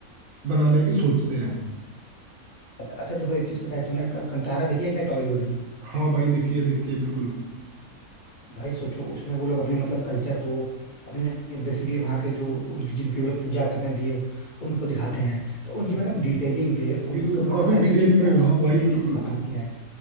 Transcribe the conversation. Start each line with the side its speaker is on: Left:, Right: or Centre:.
Right: बनाने की सोचते हैं
Left: अच्छा देखो एक चीज पता है तुमने क- कंतारा देखी है क्या टॉलीवुड की
Right: हाँ भाई देखिए देखिए बिल्कुल
Left: भाई सोचो उसमें वो लोग अपने मतलब कल्चर को अपने बेसिकली वहाँ के जो उनकी जिनकी वो लोग पूजा करते हैं देव उनको दिखाते हैं तो उनकी
Right: हाँ,
Left: मतलब डिटेलिंग पे उनका
Right: क्योंकि
Left: मतलब
Right: काफी
Left: हर
Right: डिटेल
Left: एक चीज पे
Right: में
Left: ना
Right: हाँ
Left: कितने
Right: भाई बिल्कुल
Left: अच्छे से काम किया है